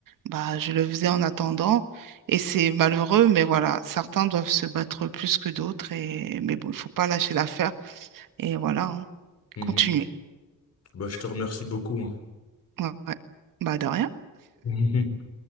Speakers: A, on the right; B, on the left.
A: bah, je le faisais en attendant. Et c'est malheureux, mais voilà, certains doivent se battre plus que d'autres. Et... Mais bon, il faut pas lâcher l'affaire. Et voilà, hein,
B: Mhm.
A: Continuer.
B: Bah, je te remercie beaucoup.
A: Ouais, ouais. Bah, de rien.
B: <laughs>